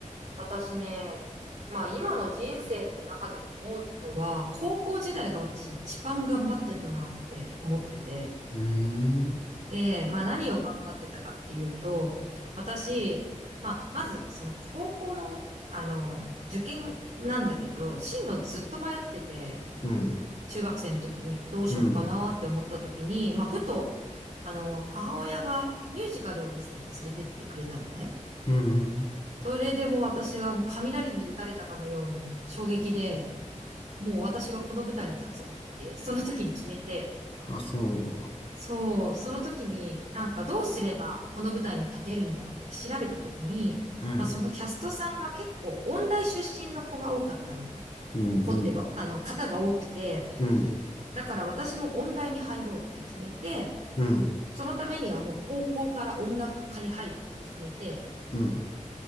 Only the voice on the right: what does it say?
私ね、まあ今の人生の中でも思うのは、高校時代が私一番頑張ってたなって思ってて、
で、まあ何を頑張ってたかっていうと、私、まあまずその高校の、あの、受験なんだけど、進路ずっと迷ってて、
中学生の時にどうしよっかなって思った時に、
まあふと、あの、母親がミュージカルを見せに連れてってくれたのね。
それでもう私がもう雷に打たれたかのように衝撃で、もう私はこの舞台に立つってその時に決めて、
そう、その時になんかどうすればこの舞台に立てるんだろうって調べた時に、
まあそのキャストさんが結構音大出身の子が多かったので、
こ、子っていうか、あの、方が多くて、
だから私も音大に入ろうって決めて、
そのためにはもう高校から音楽科に入るって決めて、